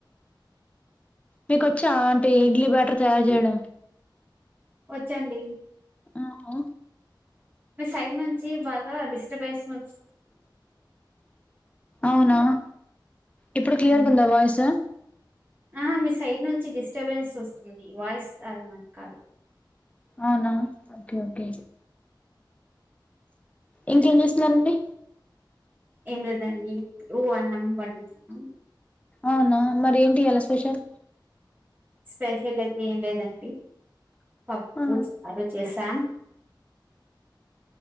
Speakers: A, on the left; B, on the right.
A: నీకొచ్చా అంటీ ఇడ్లీ బ్యాటర్ తయారు చేయడం
B: ఒచ్చండి
A: ఉహు
B: మీ సైడ్ నుంచి బాగా డిస్టర్బెన్స్ ఒ
A: ఔనా ఇప్పుడు క్లియర్గుందా
B: ఉమ్.
A: వాయిసు
B: ఆ మీ సైడ్ నుంచి డిస్టర్బెన్స్ ఒస్తుంది వాయిస్ అది మాకు కాదు
A: ఔనా ఓకే ఓకే ఇంకేం చేస్తున్నరండి
B: ఏం లేదండి ఉ అన్నం వండుతున్నా
A: ఔనా మరి ఏంటియ్యాల స్పెషల్
B: స్పెషలైతే ఏం లేదండి పప్పు
A: ఆ
B: చారు చేసాం